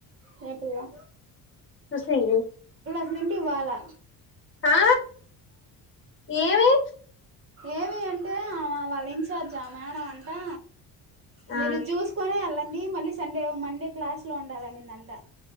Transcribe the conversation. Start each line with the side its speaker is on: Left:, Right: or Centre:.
Right: రేపు లా
Left: చూస్తీ ఇ
Right: నేను ఇంటికి పోలె
Left: ఆ ఏమి
Right: ఏవి అంటే వాళ్ళ ఇన్ఛార్జ్ ఆ మేడం అంటా మీరు
Left: ఆ
Right: జ్యూస్ కొనే అలా అండి మళ్ళీ సండే మండే క్లాస్ లో ఉండాలినిందంట